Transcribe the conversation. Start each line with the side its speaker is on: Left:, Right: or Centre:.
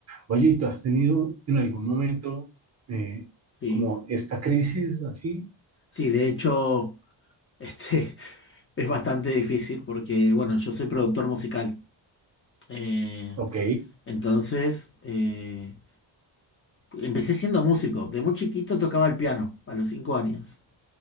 Right: Oye, ¿y ¿tú has tenido en algún momento eh,
Left: Sí,
Right: como esta crisis así?
Left: sí, de hecho, <laughs> este, Es bastante difícil porque, bueno, yo soy productor musical. Eh,
Right: Ok,
Left: entonces, eh, empecé siendo músico. De muy chiquito tocaba el piano, a los 5 años.